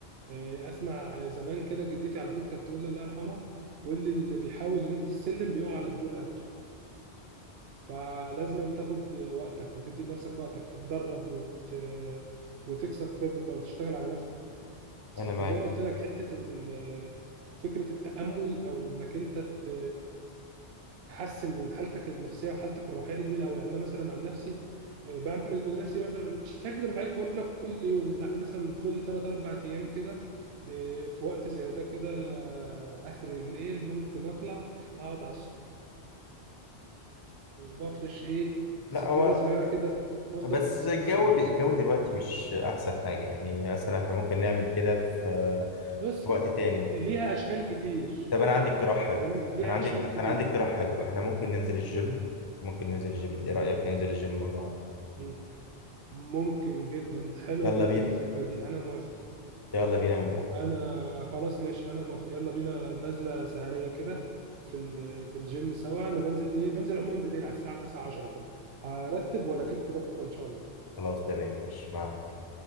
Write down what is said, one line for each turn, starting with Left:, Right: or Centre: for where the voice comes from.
Right: إيه، أسمع زمان كده جدتي على طول كانت تقول لي الله يرحمها تقول لي اللي بيحاول ينط السلم بيقع على جدور رقبته فلازم تاخد وقتك وتدي لنفسك وقتك تتدرب وت... وتكسب خبرة وتشتغل على نفسك
Left: انا معاك
Right: وزي ما قلت لك حتة ال- فكرة التأمل أو إنك أنت ت... تحسن من حالتك النفسيه وحالتك الروحيه دي جميله قوي يعني انا مثلا عن نفسي آه، بعمل لنفسي مثلا مش هكذب عليك اقول لك كل يوم لا مثلا من كل ثلاث اربع ايام كده آه، في وقت زي ده كده آه، اخر الليل ممكن اطلع اقعد على السطح وافرش ايه
Left: لا
Right: سجاده
Left: هو
Right: صغيره كده بفضل
Left: بس
Right: باصص
Left: الجو
Right: للسماء
Left: بي- الجو دلوقتي مش احسن حاجه يعني مثلا احنا ممكن نعمل كده في
Right: بص
Left: في وقت تاني
Right: ليها اشكال كتير
Left: طب انا عندي اقتراح حلو
Right: فاهمني ليها
Left: انا عندي
Right: اشكال كتير
Left: انا عندي اقتراح حلو احنا ممكن ننزل الجيم
Right: قول
Left: ممكن ننزل الجيم ايه رأيك
Right: قول.
Left: ننزل الجيم مع بعض
Right: مم. ممكن جدا حلوه
Left: يلا
Right: جدا
Left: بينا
Right: الفكره دي انا موافق
Left: يلا بينا من بكره
Right: انا خلاص ماشي انا موافق يلا بينا نازله سهريه كده في ال- في الجيم سوا انا بنزل ايه بنزل عموما بالليل على الساعه 9 10 كده هرتب ولا كده بكره ان شاء الله
Left: خلاص تمام ماشي معاك